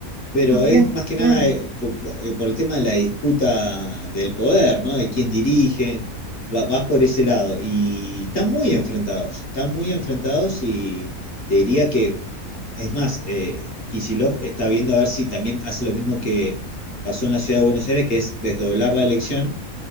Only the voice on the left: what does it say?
pero
es más que nada
eh, por, eh, por el tema de la disputa del poder, ¿no? De quién dirige, va- vas por ese lado. Y están muy enfrentados, están muy enfrentados y te diría que, es más, eh, Kicillof está viendo a ver si también hace lo mismo que pasó en la ciudad de Buenos Aires, que es desdoblar la elección